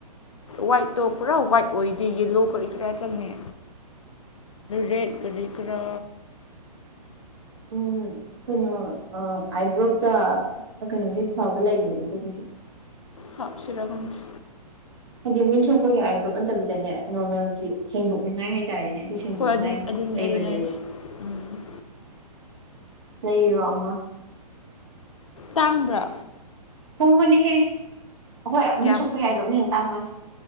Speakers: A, on the left (about 50°); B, on the right (about 45°).
A: ꯋꯥꯏꯠꯇꯣ ꯄꯨꯔꯥ ꯋꯥ꯭ꯏꯠ ꯑꯣꯏꯗꯦ ꯌꯦꯂꯣ ꯀꯔꯤ ꯀꯔꯥ ꯆꯪꯉꯦ ꯔꯦꯠ ꯀꯔꯤ ꯀꯔꯥ
B: ꯎꯝ ꯀꯩꯅꯣ ꯑꯥꯏꯗ꯭ꯔꯣꯞꯇ ꯀꯩꯅꯣꯒꯤ ꯐꯕꯥ ꯂꯩꯕꯅꯦ ꯑꯗꯨꯝꯒꯨꯝꯕꯒꯤ
A: ꯍꯥꯞꯁꯤꯔ ꯈꯪꯗꯦ
B: ꯍꯥꯏꯗꯤ ꯃꯤꯠ ꯁꯣꯛꯄꯒꯤ ꯑꯥꯏꯗ꯭ꯔꯣꯞ ꯅꯠꯇꯕꯤꯗꯅꯦ ꯅꯣꯔꯃꯦꯜꯒꯤ ꯁꯦꯡꯗꯣꯛꯅꯤꯡꯉꯥꯏ ꯍꯥꯏ ꯍꯥꯏ ꯇꯔꯦꯅꯦ ꯑꯗꯨ ꯁꯦꯡꯗꯣꯛꯅꯤꯡꯉꯥꯏ
A: ꯍꯣꯏ ꯑꯗꯨ ꯑꯗꯨꯅꯤ
B: ꯂꯩꯕꯅꯦꯕ
A: ꯑꯗꯨꯅꯦ ꯍꯥꯏꯁꯦ ꯎꯝ
B: ꯂꯩꯩꯔꯣ ꯑꯃ
A: ꯇꯥꯡꯕ꯭ꯔꯥ
B: ꯍꯣꯡꯕꯅꯤꯍꯦ ꯑꯩꯈꯣꯏ
A: ꯀꯌꯥꯝ
B: ꯃꯤꯠ ꯁꯣꯛꯄꯒꯤ ꯑꯥꯏꯗ꯭ꯔꯣꯞꯅ ꯍꯦꯟꯅ ꯇꯥꯡꯕꯅꯤ